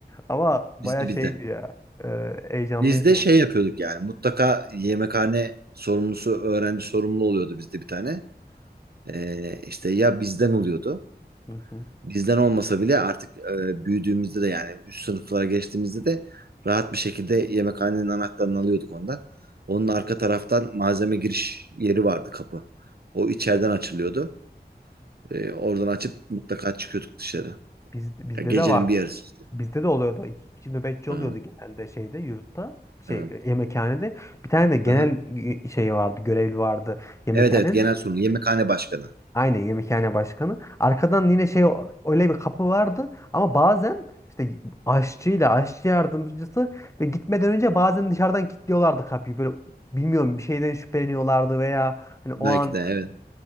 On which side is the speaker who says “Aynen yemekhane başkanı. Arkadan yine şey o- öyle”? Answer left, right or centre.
Left